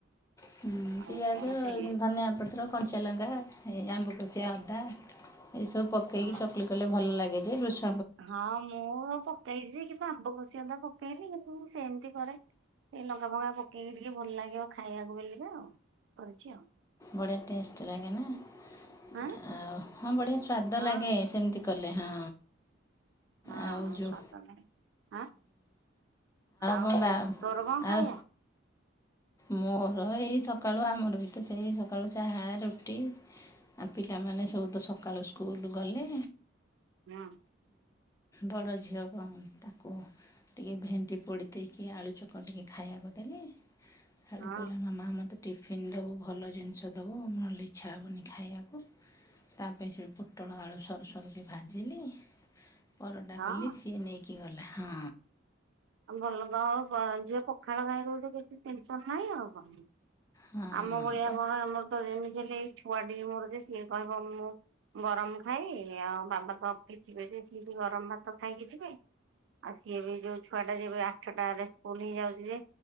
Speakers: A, on the left; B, on the right.
A: ହୁଁ
B: ଆଉ।
A: ପିଆଜ
B: କଣ ସେଇ
A: ଧନିଆ ପତ୍ର କଞ୍ଚାଲଙ୍କା ଏ ଆମ୍ବକଷିଆ ଅଦା ଏସବୁ। ପକେଇକି
B: ହଁ
A: ଚକୁଲି କଲେ ଭଲ ଲାଗେ ଯେ ବୃଷୁ
B: ହଁ ମୁଁ ପକେଇଛି କିନ୍ତୁ ଆମ୍ବ କଷିଆ ଅଦା ପକେଇନି କିନ୍ତୁ ସେମିତି କରେ। ଏ ଲଙ୍କା ଫଙ୍ଗା ପକେଇନି ଟିକେ ଭଲ ଲାଗିବ ଖାଇବାକୁ ବଲି କା ଆଉ କରିଛି ଆଉ।
A: ବଢେ ଟେଷ୍ଟ ଲାଗେନା ଆଉ
B: ଆଁ
A: ହଁ ବଢିଆ ସୁ ସ୍ୱାଦ
B: ହଁ
A: ଲାଗେ ସେମିତି କଲେ ହଁ।
B: ହଁ
A: ଆଉ ଯେଉଁ
B: ସ୍ଵଦ ନାହିଁ ଆଁ। ଆଉ
A: ମୋ ବା
B: ତୋରକଣ
A: ଆଉ
B: ଖାଇବା।
A: ମୋର ଏଇ ସକାଳୁ ଆମର ବି ତ ସେଇ ସକାଳୁ ଚାହା ରୁଟି। ଆଉ ପିଲାମାନେ ସବୁ ତ ସକାଳୁ ସ୍କୁଲ ଗଲେ।
B: ହୁଁ
A: ବଡ଼ ଝିଅ କ ତାକୁ। ଟିକେ ଭେଣ୍ଡି ପୋଡ଼ି ଦେଇେଇକି ଆଳୁ ଚକ ଟିକେ ଖାଇବାକୁ ଦେଲି। ସେଠୁ
B: ହଁ
A: କହିଲା ମାମା ମତେ ଟିଫିନ୍ ଦେବୁ ଭଲ ଜିନିଷ ଦେବୁ ନହେଲେ ଇଚ୍ଛା ହେବନି ଖାଇବାକୁ। ତା ପାଇଁ ହେ ପୋଟଳ ଆଳୁ ସରୁ ସରୁକି ଭାଜିଲି। ପରଟା
B: ହଁ
A: କଲି ସିଏ ନେଇକି ଗଲା ହଁ।
B: ଆ ଭଲ ତ ଆଉ ଝିଅ ପଖାଳ ଖାଇ ଦଉଛି କିଛି ଟେନସନ ନାହିଁ ଆଉ କଣ।
A: ହଁ
B: ଆମ ଭଳିଆ କଣ ଆମର ତ ଯେମିତି ହେଲେ ଏଇ। ଛୁଆଟି ମୋର ଯେ ସିଏ କହିବ ମୁଁ ଗରମ ଖାଇବିନି ଆଉ ବାବା ତ ଅଫିସ ଯିବେ ସିଏ ଗରମ ଭାତ ଖାଇକି ଯିବେ ଆ ସିଏ ବି ଯୋଉ ଛୁ ଛୁଆଟା ଯେ ଏବେ ଆଠଟାରେ ସ୍କୁଲ ହେଇଯାଉଛି ଯେ